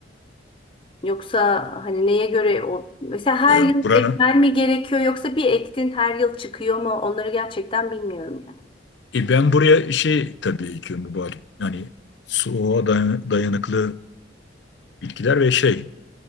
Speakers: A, on the left; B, on the left.
A: Yoksa hani neye göre o? Mesela her
B: E,
A: yıl
B: buranın.
A: ekmen mi gerekiyor yoksa bir ektin her yıl çıkıyor mu? Onları gerçekten bilmiyorum yani.
B: E, ben buraya şey tabii ekiyorum bu bahçe. Yani soğuğa dayanıklı bitkiler ve şey